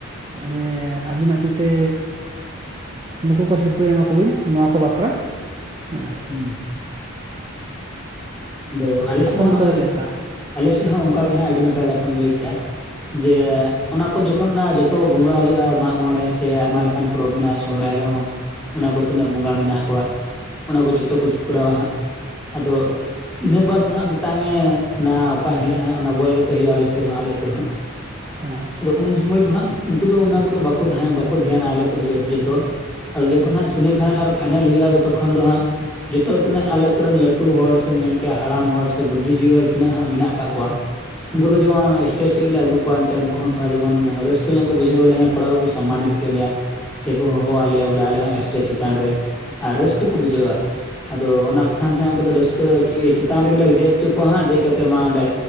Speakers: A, on the right (about 25°); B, in the centre.
A: ᱡᱮ ᱟᱹᱵᱤᱱᱟᱜ ᱛᱤ ᱛᱮ ᱱᱩᱠᱩ ᱠᱚ ᱥᱤᱨ ᱯᱟᱹ ᱮᱢᱟ ᱠᱚᱵᱤᱱ ᱱᱚᱣᱟ ᱠᱚ ᱵᱟᱠᱷᱨᱟ, ᱦᱮᱸ ᱾
B: ᱦᱩᱸ ᱾ ᱟᱫᱚ ᱟᱞᱮ ᱥᱮᱫ
A: ᱟᱯᱮ
B: ᱦᱚᱸ
A: ᱚᱱᱛᱮ
B: ᱱᱚᱜ-ᱚᱭ
A: ᱫᱚ ᱪᱮᱫ ᱞᱮᱠᱟ
B: ᱟᱞᱮ ᱥᱮᱫ ᱦᱚᱸ ᱚᱱᱠᱟ ᱜᱮ ᱦᱟᱸᱜ ᱟᱹᱰᱤ ᱱᱟᱯᱟᱭ ᱠᱟᱛᱷᱟᱢ ᱞᱟᱹᱭ ᱠᱮᱜᱼᱟ ᱾ ᱡᱮ ᱚᱱᱟᱠᱚ ᱡᱚᱠᱷᱚᱱ ᱡᱷᱚᱛᱚ ᱵᱚᱸᱜᱟ ᱦᱩᱭᱩᱜᱼᱟ ᱢᱟᱜ ᱢᱚᱬᱮ ᱥᱮ ᱟᱭᱢᱟ ᱞᱮᱠᱟᱱ ᱯᱚᱨᱚᱵ ᱢᱮᱱᱟᱜᱼᱟ ᱥᱚᱨᱦᱟᱭ ᱨᱮᱦᱚᱸ ᱚᱱᱟ ᱠᱚ ᱛᱤᱱᱟᱹᱜ ᱵᱚᱸᱜᱟ ᱢᱮᱱᱟᱜ ᱠᱚᱣᱟ ᱾ ᱚᱱᱟ ᱠᱚ ᱡᱷᱚᱛᱚ ᱠᱚᱪ ᱠᱚᱨᱟᱣᱟ ᱦᱟᱸᱜ, ᱟᱫᱚ ᱤᱱᱟᱹ ᱵᱟᱫ ᱫᱚ ᱦᱟᱸᱜ ᱢᱮᱛᱟᱜ ᱢᱮ ᱚᱱᱟ ᱚᱠᱟ ᱦᱤᱞᱳᱜ ᱦᱟᱸᱜ ᱚᱱᱟ ᱵᱚᱞ ᱜᱟᱛᱮ ᱦᱳᱭᱳᱜᱼᱟ ᱟᱞᱮ ᱥᱮᱫ ᱨᱮᱦᱚᱸ ᱟᱞᱮ ᱟᱹᱛᱩ ᱨᱮᱦᱚᱸ ᱾ <inaudible>
A: ᱦᱩᱸ ᱾
B: ᱟᱫᱚ ᱩᱱ ᱥᱚᱢᱚᱭ ᱫᱚ ᱦᱟᱸᱜ ᱩᱱᱠᱩ ᱫᱚ ᱚᱱᱟ ᱠᱚᱫᱚ ᱵᱟᱠᱚ ᱛᱟᱦᱮᱱᱟ᱾ ᱵᱟᱠᱚ ᱫᱷᱮᱭᱟᱱᱟᱜᱼᱟ ᱟᱞᱮ ᱠᱚᱫᱚ ᱡᱷᱚᱛᱚ ᱟᱫᱚ ᱡᱚᱠᱷᱚᱱ ᱦᱟᱸᱜ ᱥᱮᱱᱤ ᱯᱷᱟᱭᱱᱮᱞ ᱟᱨ ᱯᱷᱟᱭᱱᱮᱞ ᱦᱩᱭᱩᱜᱼᱟ ᱾ ᱟᱫᱚ ᱛᱚᱠᱷᱚᱱ ᱫᱚ ᱦᱟᱸᱜ ᱡᱷᱚᱛᱚ ᱤᱱᱟᱹᱜ ᱟᱞᱮ ᱟᱹᱛᱩ ᱨᱮᱱ ᱞᱟᱹᱴᱩ ᱦᱚᱲ ᱥ ᱮᱢ ᱢᱮᱱ ᱠᱮᱜᱼᱟ ᱦᱟᱲᱟᱢ ᱦᱚᱲ ᱥᱮ ᱵᱩᱫᱽᱫᱷᱤ ᱡᱤᱵᱤ ᱦᱚᱲ ᱛᱤᱱᱟᱹᱜ ᱦᱟᱸᱜ ᱢᱮᱱᱟᱜ ᱟᱠᱟᱫ ᱠᱚᱣᱟ ᱾ ᱩᱱᱠᱩ
A: ᱦᱩᱸ
B: ᱫᱚ ᱡᱮᱢᱚᱱ <unintelligible> ᱥᱮᱫ ᱜᱮᱞᱮ ᱟᱜᱩ ᱠᱚᱣᱟ, ᱮᱱᱛᱮ ᱩᱱᱠᱩ ᱦᱚᱸ ᱛᱷᱚᱲᱟ ᱡᱮᱢᱚᱱ ᱨᱟᱹᱥᱠᱟᱹ ᱧᱚᱜ ᱠᱚ ᱵᱩᱡᱷᱟᱹᱣ ᱵᱚᱞᱮ ᱠᱚᱲᱟ ᱠᱚᱠᱚ ᱥᱚᱢᱟᱱᱤᱛ ᱠᱮᱫ ᱞᱮᱭᱟ ᱥᱮ ᱠᱚ ᱦᱚᱦᱚᱣᱟᱜ ᱞᱮᱭᱟ, ᱵᱚᱞᱮ ᱟᱞᱮ ᱦᱚᱸ ᱥᱴᱮᱡᱽ ᱪᱮᱛᱟᱱ ᱨᱮ ᱟᱨ ᱨᱟᱹᱥᱠᱟᱹ ᱠᱚ ᱵᱩᱡᱷᱟᱹᱣᱟ ᱾ ᱟᱫᱚ ᱚᱱᱟ ᱠᱷᱟᱱ ᱛᱟᱦᱮᱸ ᱩᱱᱠᱩ ᱫᱚ ᱨᱟᱹᱥ <unintelligible> ᱪᱮᱛᱟᱱ ᱨᱮᱜᱮ ᱞᱮ ᱫᱮᱡ ᱦᱚᱪᱚ ᱠᱚᱣᱟ ᱦᱟᱸᱜ ᱫᱮᱡ ᱠᱟᱛᱮᱜ ᱢᱟ ᱚᱸᱰᱮ